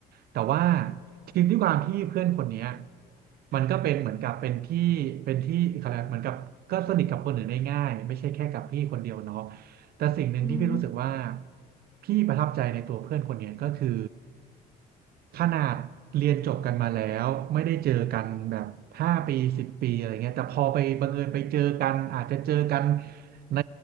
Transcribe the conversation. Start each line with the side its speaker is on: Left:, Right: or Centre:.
Right: แต่ว่าทีมที่ความที่เพื่อนคนเนี้ยมันก็เป็นเหมือนกับเป็นที่เป็นที่อะไรยกเหมือนกับก็สนิทกับคนอื่นได้ง่ายไม่ใช่แค่กับพี่คนเดียวเนาะ แต่สิ่งหนึ่งที่พี่รู้สึกว่า
Left: อืม
Right: พี่ประทับใจในตัวเพื่อนคนเนี้ยก็คือขนาดเรียนจบกันมาแล้วไม่ได้เจอกันแบบห้าปีสิบปีอะไรเงี้ยแต่พอไปบังเอิญไปเจอกันอาจจะเจอกันใน